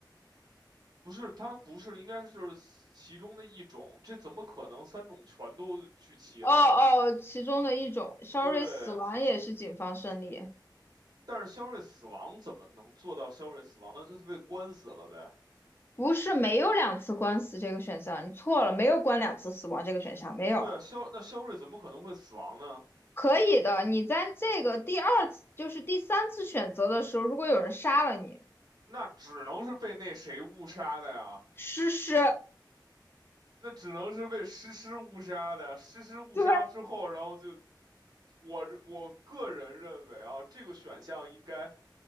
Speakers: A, on the right (about 55°); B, on the left (about 30°).
A: 不是，他不是，应该是就是其中的一种，这怎么可能三种全都聚齐了？
B: 哦哦，其中的一种，肖瑞死亡也是警方胜利，
A: 对不对？但是肖瑞死亡怎么能做到肖瑞死亡呢那就是被关死了呗。
B: 不是没有两次官司这个选项，你错了，没有关两次死亡这个选项，没有，
A: 对啊，肖，那肖瑞怎么可能会死亡呢？
B: 可以的。你在这个第二次，就是第三次选择的时候，如果有人杀了你，
A: 那只能是被那谁误杀的呀？
B: 诗诗，
A: 那只能是被诗诗误杀的，诗诗误杀之后，
B: 对，
A: 然后就我我个人认为啊，这个选项应该